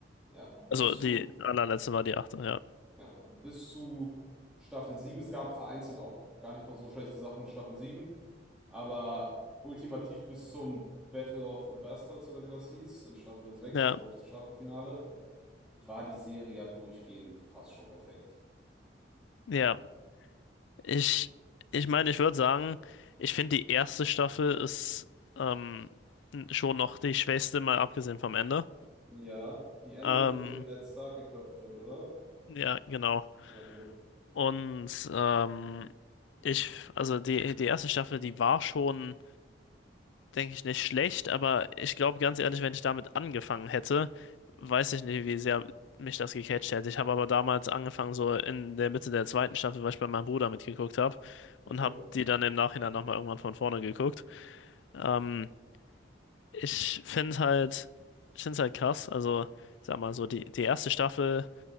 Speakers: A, in the centre; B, on the left (about 85°).
A: Ja, bis
B: Also die
A: zu
B: allerletzte war die achte, ja.
A: Ja, bis zu Staffel sieben Es gab vereinzelt auch gar nicht mal so schlechte Sachen in Staffel sieben Aber ultimativ bis zum Battle of the Bastards oder wie das hieß, in Staffel sechs
B: Ja,
A: war glaube ich das Staffelfinale, war die Serie ja durchgehend fast schon perfekt.
B: ja. Ich, ich meine, ich würde sagen, ich finde die erste Staffel ist ähm, schon noch die schwächste, mal abgesehen vom Ende.
A: Ja, die endet,
B: Ähm,
A: indem Ned Stark geköpft wird, oder?
B: ja, genau.
A: Ja, okay.
B: Und ähm, ich, also die, die erste Staffel, die war schon. denke ich, nicht schlecht, aber ich glaube ganz ehrlich, wenn ich damit angefangen hätte, weiß ich nicht, wie sehr mich das gecatcht hätte. Ich habe aber damals angefangen, so in der Mitte der zweiten Staffel, weil ich bei meinem Bruder mitgeguckt habe
A: Okay.
B: und habe die dann im Nachhinein nochmal irgendwann von vorne geguckt. Ähm, ich finde halt, ich finde halt krass, also ich sag mal so, die, die erste Staffel